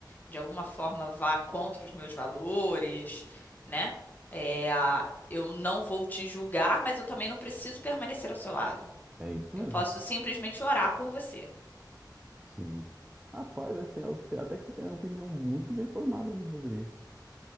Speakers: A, on the left; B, on the right.
A: de alguma forma vá contra os meus valores, né? É, a- eu não vou te julgar, mas eu também não preciso permanecer ao seu lado.
B: é isso
A: Eu
B: mesmo.
A: posso simplesmente orar por você.
B: Sim. Rapaz, mas tem- tem- até que você tem uma opinião muito bem formada, né, sobre isso.